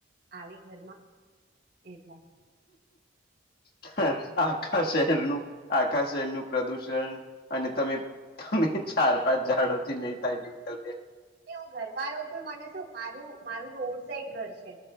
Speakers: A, on the right; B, on the left.
A: આવે ઘરમાં એટલા
B: હ આખા શહેરનું આખા શહેરનુંું પ્રદુષણ અને તમે. તમે ચાર પાંચ ઝાડોથી નહી થાય બ.
A: ન હું ઘરમાં રહ તો મને શું મારું મારું રોડ સાઈડ ઘર છે